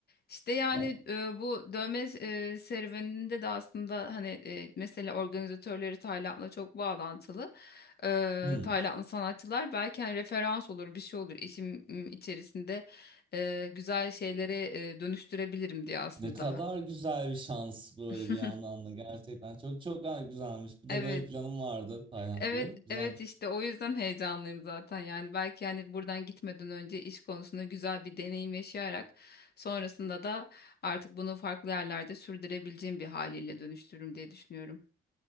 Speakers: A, on the left; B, on the right.
A: İşte yani
B: Ya.
A: e, bu dövme e, serüveninde de aslında hani e, mesela organizatörleri Tayland'la çok bağlantılı. E,
B: Hmm.
A: Taylandlı sanatçılar belki hani referans olur bir şey olur işim m, içerisinde e, güzel şeylere e, dönüştürebilirim diye aslında.
B: Ne kadar güzel bir şans böyle
A: <laughs>
B: bir yandan da gerçekten çok çok güzelmiş. Bir de
A: Evet,
B: böyle planım vardı Tayland
A: evet,
B: gibi. Güzelmiş.
A: evet işte o yüzden heyecanlıyım zaten. Yani belki yani buradan gitmeden önce iş konusunda güzel bir deneyim yaşayarak sonrasında da artık bunu farklı yerlerde sürdürebileceğim bir haliyle dönüştürürüm diye düşünüyorum.